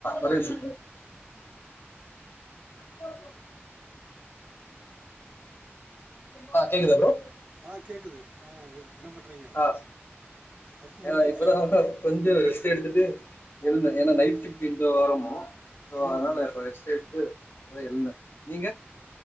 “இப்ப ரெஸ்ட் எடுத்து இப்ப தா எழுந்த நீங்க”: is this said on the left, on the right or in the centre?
Left